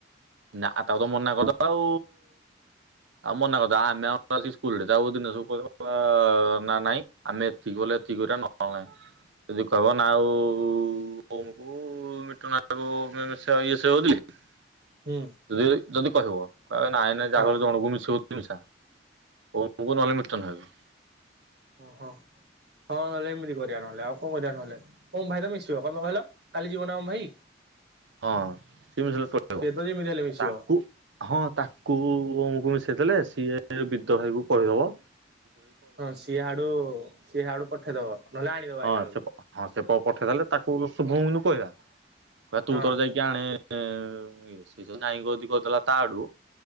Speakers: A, on the right (about 75°); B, on the right (about 60°).
A: ନା ତାକୁ ତ ମନା କରିଦବା ଆଉ। ଆଉ ମନା କର ଦବା ଆମେ ଆଉ ବାକି ସ୍କୁଲ ରେ ତା ଦିନ ସବୁ କ ନା ନାଇଁ ଆମେ ଏତିକି କ ଏତିକି ଗୁରା ନଏଲେ ନାହିଁ ଯଦି କହିବ ନା ଆଉକୁ ମିଟଣା ହବ ସେ ସେଉ <unintelligible>
B: ହୁଁ
A: ଯଦି ଯଦି କହିବ କହିବ ନାଇଁ ନଁ ଜାହାକୁ
B: ହଁ
A: ହେଲେ ଜଣକୁ ମିଶିବ ମିଶା <unintelligible> କୁ ନହେଲେ ମିତନ ଭାଇକୁ।
B: ଓ ହୋ। ହଁ ହେଲେ ଏମିତି କରିବା ନହେଲେ, ଆଉ କଣ କରିବା ନହଲେ ଓମ ଭାଇ ତମେ ମିସିବ କମେ କହିଲ କାଲି ଯିବ ନା ଓମ ଭାଇ।
A: ହଁ ସିମ <unintelligible>
B: ସିଏ
A: ଆ
B: ତ ଯେମିତି ହେଲେ ମିଶିବ
A: ତାକୁ ହଁ ତାକୁ ଉମୁକୁ ମିଶେଇ ଦେଲେ ସିଏ ବିଦ ଭାଇକୁ କହିବ ମ।
B: ହଁ ସିଏ ଆଡୁ ସିଏ ହାଡୁ ପଠେଇଦବ ନହେଲେ ଆଣିବ
A: ହଁ
B: ଆଇିଲା ବେଳକୁ।
A: ସେ ହଁ ସେ ପ ପଠେଇଦଲେ ତାକୁ ଶୁଭମକୁ କହିବା କହିବା ତୁ
B: ହଁ
A: ତୋର ଯାଇକି ଆଣେ ସେ ସେ ତ ନାଇ ଯଦି କହିଦେଲା ତା ଆଡୁ